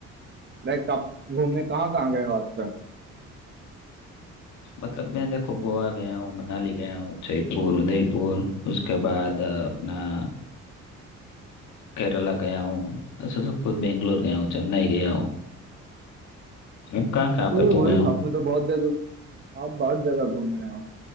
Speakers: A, on the right (about 35°); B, on the left (about 70°).
A: लाइक आप घूमने कहाँ कहाँ गए हो आज तक
B: मतलब मैं देखो गोवा गया हूँ मनाली गया हूँ जयपुर उदयपुर उसके बाद अ, अपना केरला गया हूँ ऐसे सब कुछ बेंगलोर गया हूँ चेन्नई गया हूँ अब कहाँ कहाँ पे
A: ओ
B: घूमे
A: भाई
B: हो
A: आपने तो बहुत जगह आप बहुत जगह घूमे हो